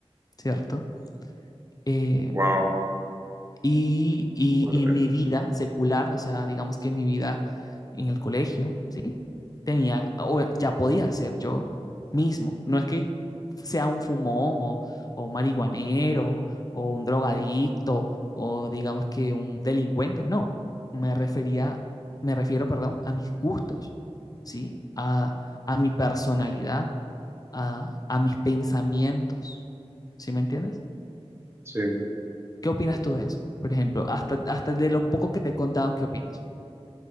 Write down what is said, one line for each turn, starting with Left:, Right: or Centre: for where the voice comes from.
Left: ¿cierto? Eh,
Right: Wow,
Left: Y, y,
Right: fuerte.
Left: y mi vida secular, o sea, digamos que mi vida en el colegio, ¿sí? Tenía, o ya podía ser yo mismo. No es que sea un fumón o, o un marihuanero o un drogadicto o digamos que un delincuente, no. Me refería, me refiero, perdón, a mis gustos, ¿sí? A, a mi personalidad, a, a mis pensamientos, ¿sí me entiendes?
Right: Sí.
Left: ¿Qué opinas tú de eso? Por ejemplo, hasta, hasta de lo poco que te he contado, ¿qué opinas?